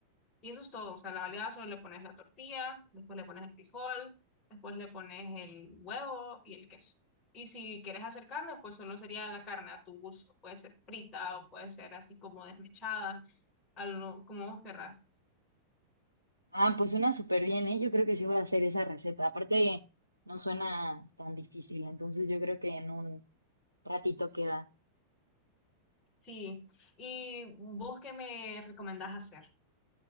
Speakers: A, on the left; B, on the right.
A: y eso es todo. O sea, la baleada solo le pones la tortilla, después le pones el frijol, después le pones el huevo y el queso. Y si quieres hacer carne, pues solo sería la carne a tu gusto. Puede ser frita o puede ser así como desmechada a lo- como vos querrás.
B: Ah, pues suena súper bien, ¿eh? Yo creo que sí voy a hacer esa receta. Aparte, no suena tan difícil, entonces yo creo que en un ratito queda.
A: Sí. ¿Y vos qué me recomendás hacer?